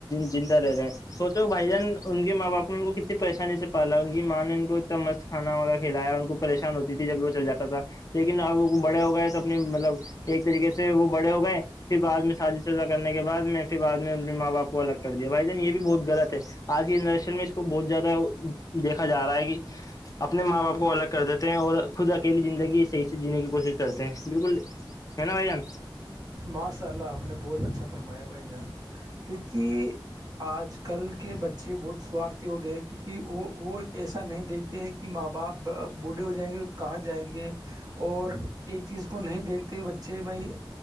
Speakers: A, on the left (about 40°); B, on the right (about 45°).
A: جند رہتے ہیں سوچو بھائی جان ان کے ماں باپ نے ان کو کتنے پریشانی سے پالا ان کی ماں نے ان کو اتنا مست کانا وغیرہ کھلایا ان کو پریشان ہوتی تھی جب وہ چل جاتا تھا لیکن اب بڑے ہو گئے تو اپنے مطلب ایک طریقے سے وہ بڑے ہو گئے پھر بعد میں شادی سزہ کرنے کے بعد میں پھر بع میں اپنے ماں باپ کو الگ کر دیا بھائی جان یہ بھی بہت غلط ہے آج کی جنریشن میں اس کو بہت زیادہ دیکھا جا رہا ہے کہ اپنے ماں باپ کو الگ کر دیتے ہیں اور خود اکیلی زندگی صحیح سے جینے کی کوشش کرتے ہیں بالکل ہے نا بھائی جان
B: ماشاء اللہ آپ نے بہت اچھا فرمایا بھائی جان کیونکہ آج کل کے بچے بہت سوارتھی ہو گئے ہیں کیونکہ وہ وہ ایسا نہیں دیکھتے ہیں کہ کہ ماں باپ بوڈھے ہو جائیں گے کہاں جائیں گے اور ایک چیز کو نہیں دیکھتے بچے چھ بئی